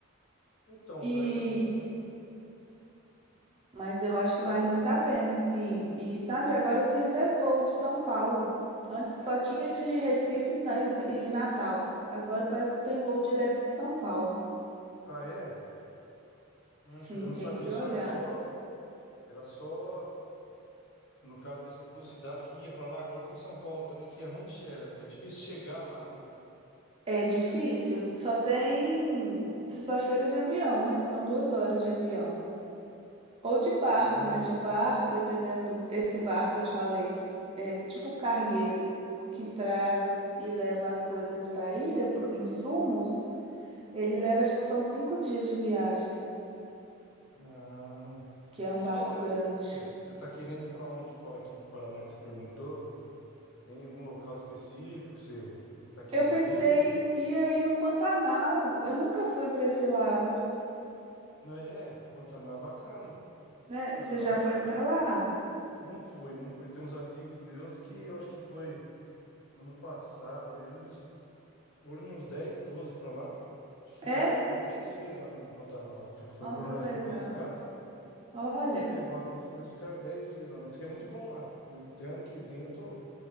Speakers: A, on the left (about 60°); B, on the right (about 25°).
A: Então,
B: e
A: daí. a gente
B: mas eu acho que
A: pode-
B: vale muito a pena, assim. E sabe, agora tem até voo de São Paulo. Antes só tinha de Recife e na- e Natal. Agora parece que tem voo direto de São Paulo.
A: Ah, é? Nossa,
B: Sim,
A: eu já não
B: tem
A: sabia
B: que
A: isso,
B: olhar.
A: olha só. Era só. No caso dessas duas cidades que ia pra lá, agora tem São Paulo também, que é ruim de. che- É difícil chegar lá, né?
B: É difícil. Só tem. Você só chega de avião, né? São duas horas de avião. Ou de barco,
A: Ah,
B: mas de barco, dependendo do- esse barco que eu te falei, que é tipo um cargueiro que traz e leva as coisas para a ilha, pro- insumos, ele leva, acho que são cinco dias de viagem,
A: ah.
B: que é um
A: E
B: barco
A: fora,
B: grande.
A: e você? Você tá querendo ir pra onde fora aqui do Paraná que você perguntou? Tem algum local específico que você você tá querendo
B: Eu pensei,
A: ir?
B: e aí no Pantanal? Eu nunca fui para esse lado,
A: É, é, Pantanal é bacana.
B: né?
A: Pantanal
B: Você já foi para lá?
A: não fui, não fui. Tem uns amigos meus que eu acho que foi ano passado mesmo, eles foram uns 10, 12 pra lá. Acho que ficaram
B: É?
A: ah, 10 dias lá no, no Pantanal. Lá fi- foram
B: Olha que
A: mais
B: legal.
A: pra pescar, sabe?
B: Olha,
A: Aí levaram as coisas, e ficaram 10 dias lá. Mas diz que é muito bom lá. Até ano que vem eu tô,